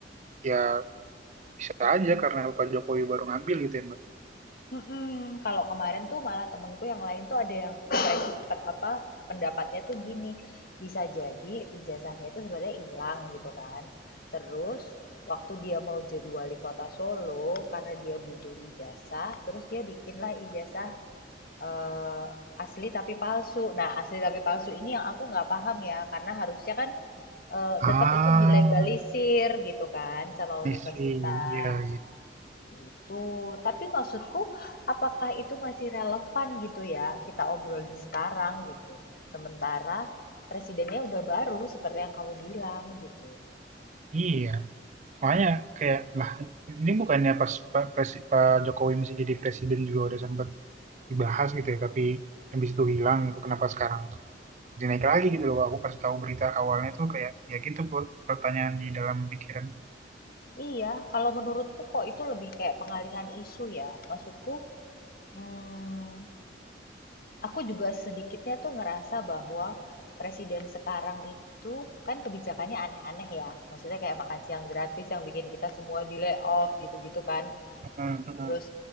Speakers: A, on the right; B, on the left.
A: ya bisa aja karena Pak Jokowi baru ngambil gitu ya, Mbak.
B: Mm-mm. Kalau kemarin tuh malah temenku yang lain tuh ada yang per, apa pendapatnya tuh gini bisa jadi ijazahnya itu sebenarnya hilang gitu kan terus waktu dia mau jadi wali kota Solo karena dia butuh ijazah terus dia bikinlah ijazah eh, asli tapi palsu nah asli tapi palsu ini yang aku nggak paham ya karena harusnya kan eh,
A: Ah,
B: tetap itu dilegalisir gitu kan sama
A: I
B: universitas
A: see. Iya, iya.
B: Gitu. Tapi maksudku, apakah itu masih relevan gitu ya, kita obrolin sekarang gitu. Sementara presidennya udah baru seperti yang kamu bilang gitu.
A: Iya, Makanya kayak lah ini bukannya pas Pak, Presi- Pak Jokowi masih jadi presiden juga udah sempat dibahas gitu ya, tapi habis itu hilang itu kenapa sekarang jadi naik lagi gitu loh. Aku pas tahu berita awalnya tuh kayak ya gitu Put, pertanyaan di dalam pikiran.
B: Iya, kalau menurutku kok itu lebih kayak pengalihan isu ya. Maksudku, hmm, aku juga sedikitnya tuh ngerasa bahwa presiden sekarang itu kan kebijakannya aneh-aneh ya. Maksudnya kayak makan siang gratis yang bikin kita semua di layoff gitu-gitu kan.
A: Hmm, hmm.
B: Terus